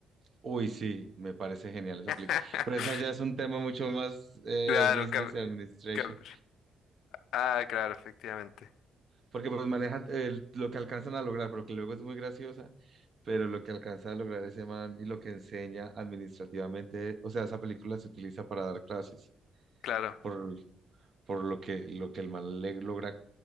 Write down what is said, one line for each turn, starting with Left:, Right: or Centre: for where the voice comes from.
Right: Uy, sí, me parece genial esa
Left: <laughs>
Right: película. Pero esa ya es un tema mucho más eh,
Left: Claro,
Right: business
Left: cam-
Right: y administration,
Left: cam- ah, claro, efectivamente.
Right: porque pues maneja eh, lo que alcanzan a lograr, pero que luego es muy graciosa, pero lo que alcanza a lograr ese man y lo que enseña administrativamente, o sea, esa película se utiliza para dar clases,
Left: Claro,
Right: por, por lo que, lo que el man le logra,